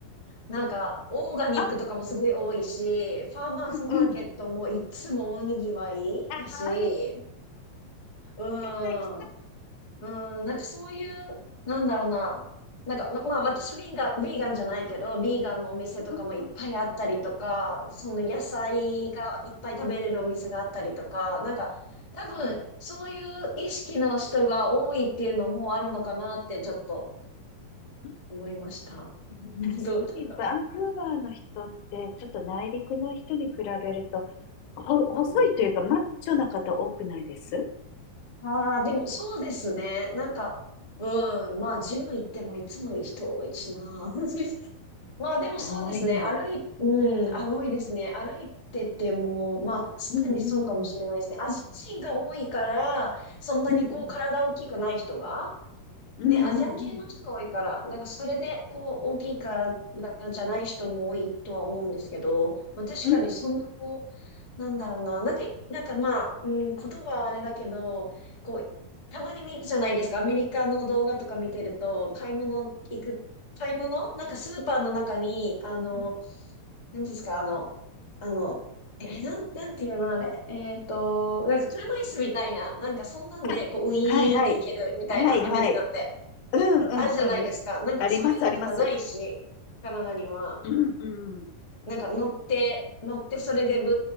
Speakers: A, on the left (about 40°); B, on the left (about 80°).
A: なんか、オーガニックとかもすごい多いし、
B: あ、
A: ファーマーズマーケットもいつも大にぎわいだし、
B: うんうんうん。ああ、
A: うん。
B: 来た来た。
A: うん、なんかそういう、なんだろうな。なんか、ま、まあ私はヴィーガン、ヴィーガンじゃないけど、ヴィーガンのお店とかもいっぱいあったりとか、
B: うんうん。
A: その野菜がいっぱい食べれるお店があったりとか、なんか多分そういう意識の人が多いっていうのもあるのかなってちょっと
B: うん
A: 思いました。<laughs>
B: 確かにバンクーバーの人って、
A: どうだろ
B: ちょっと内陸の人に比べると、ほ、細いというか、
A: う。う
B: マッチョな方多くないです
A: ん、ああ、でもそうですね。なんか、うん、まあジム行ってもいつも人多いしな。<laughs> まあでもそうですね。
B: 多いんだ。
A: 歩い、うん、
B: うんうん。
A: あ、多いですね。歩いてても、まあ確かにそうかもしれないですね。
B: うんうん。
A: アジア人が多いから、そんなにこう体大きくない人が、
B: うんうん。うんうんうん。
A: ね、アジア系の人が多いから、なんかそれで、
B: うん
A: こう、大きいからじゃない人も多いとは思うんですけど、まあ確かにそんな、
B: うん
A: こう、なんだろうな、なんか、なんかまあ、うん、言葉はあれだけど、こう、たまに見るじゃないですか、アメリカの動画とか見てると、買い物行く、買い物なんかスーパーの中に、
B: うん
A: あの、
B: うん。
A: なんですか、あの、あの、え、なん、なんていうのあれ。えっと、なんか車椅子みたいな、なんかそんなんで、
B: あ、
A: こう、ウィーンって行けるみたいな、
B: はいはい。はいはい。
A: アメリカって。
B: うんうんうん。
A: あるじゃないですか。なんかそういうのとかないし、
B: ありますあります。
A: カナダには。
B: うんうん。
A: なんか乗って、乗ってそれでブ